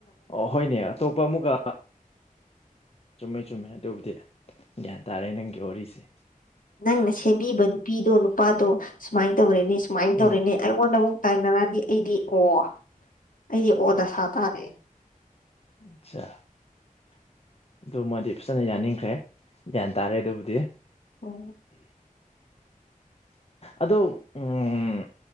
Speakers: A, on the left; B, on the left.
A: ꯑꯣ ꯍꯣꯏꯅꯦ ꯑꯇꯣꯞꯄ ꯑꯃꯨꯛꯀ ꯆꯨꯝꯃꯦ ꯆꯨꯝꯃꯦ ꯑꯗꯨꯕꯨꯗꯤ ꯒ꯭ꯌꯥꯟ ꯇꯔꯦ ꯅꯪꯒꯤ ꯋꯥꯔꯤꯁꯤ
B: ꯅꯪꯅ ꯁꯦꯝꯕꯤꯕ ꯅꯨꯄꯤꯗꯣ ꯅꯨꯄꯥꯗꯣ ꯁꯨꯃꯥꯏꯅ ꯇꯧꯔꯦꯅꯦ ꯁꯨꯃꯥꯏꯅ ꯇꯧꯔꯦꯅꯦ
A: ꯎꯝ
B: ꯑꯩꯉꯣꯟꯗ ꯑꯃꯨꯛ ꯇꯥꯏꯅꯔꯗꯤ ꯑꯩꯗꯤ ꯑꯣ ꯑꯩꯗꯤ ꯑꯣ ꯗꯁꯥ ꯇꯥꯔꯦ
A: ꯑꯆꯥ ꯑꯗꯨꯃꯣꯏꯗꯤ ꯐꯖꯅ ꯌꯥꯅꯤꯡꯈ꯭ꯔꯦ ꯒ꯭ꯌꯥꯟ ꯇꯥꯔꯦ ꯑꯗꯨꯕꯨꯗꯤ
B: ꯑꯣ
A: ꯑꯗ ꯎꯝ